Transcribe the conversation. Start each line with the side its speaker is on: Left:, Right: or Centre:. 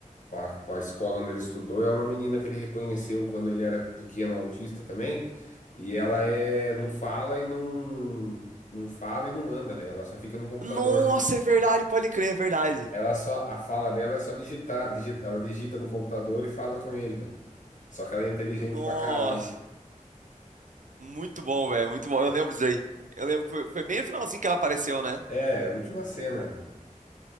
Left: pra, pra escola onde ele estudou. É uma menina que ele reconheceu quando ele era pequeno, autista também. E ela é, não fala e não, não fala e não anda, velho. Ela só fica no computador.
Right: Nossa, é verdade, pode crer, é verdade.
Left: Aí Ela só, a fala dela é só digitar, digi- ela digita no computador e fala com ele, velho. Só que ela é inteligente
Right: Nossa,
Left: pra caralho.
Right: muito bom, velho, muito bom. Eu lembro disso aí. Eu lembro que foi, foi bem no finalzinho que ela apareceu, né?
Left: É, a última cena.